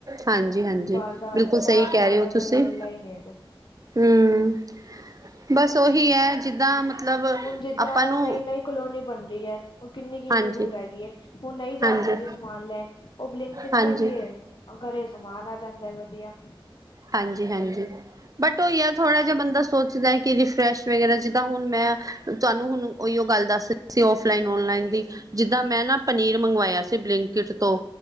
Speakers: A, on the right; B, on the left.
A: ਹਾਂਜੀ-ਹਾਂਜੀ
B: ਬਾਹਰ ਦਾ
A: ਬਿਲਕੁਲ
B: ਬਾਹਰ
A: ਸਹੀ ਕਹਿ
B: ਜਾਣ
A: ਰਹੇ
B: ਦਾ
A: ਔ
B: ਕੋਈ
A: ਤੁਸੀਂ।
B: ਰੌਲਾ ਹੀ ਨਹੀਂ ਹੈਗਾ
A: ਹੂੰ, ਬਸ ਓਹੀ ਹੈ ਜਿੱਦਾਂ ਮਤਲਬ
B: ਹੁਨ ਜਿੱਦਾਂ
A: ਆਪਾਂ ਨੂੰ
B: ਨਈਂ ਨਈਂ ਕਲੋਨੀ ਬਨ ਰੀ ਐ। ਹੁਨ ਕਿੰਨੀ, ਕਿੰਨੀ
A: ਹਾਂਜੀ
B: ਦੂਰ ਹੈਗੀ ਏ। ਹੁਨ ਨਹੀਂ ਜਾ
A: ਹਾਂਜੀ
B: ਸਕਦੇ ਸਨ ਸਮਾਨ ਲੈਨ ਔ ਬਲਿੰਕੀਟ
A: ਹਾਂਜੀ
B: ਕਰਦੀ ਏ। ਘਰੇ ਸਮਾਨ ਆ ਜਾਂਦੈ ਵਧੀਆ।
A: ਹਂਜੀ, ਹਂਜੀ। ਬਟ ਓਈ ਐ ਥੋੜਾ ਜਾ ਬੰਦਾ ਸੋਚਦੈ ਕਿ ਰਿਫਰੈਸ਼ ਵਗੈਰਾ। ਜਿੱਦਾਂ ਹੁਨ ਮੈਂ ਤੁੱਨੂੰ ਹੁਨ ਔਈਔ ਗੱਲ ਦੱਸ ਰੀ ਸੀ ਔਫਲਾਈਨ, ਔਨਲਾਈਨ ਦੀ। ਜਿੱਦਾਂ ਮੈਂ ਨਾ ਪਨੀਰ ਮੰਗਵਾਇਆ ਸੀ ਬਲਿੰਕਟ ਤੋਂ